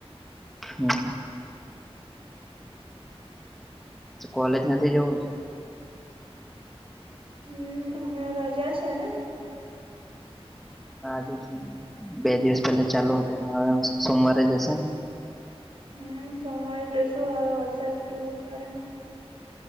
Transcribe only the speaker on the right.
હમ હણા રાજા છે ને.
હમ સોમવારે જઈશું હવે વરસાદ કેવું કરે.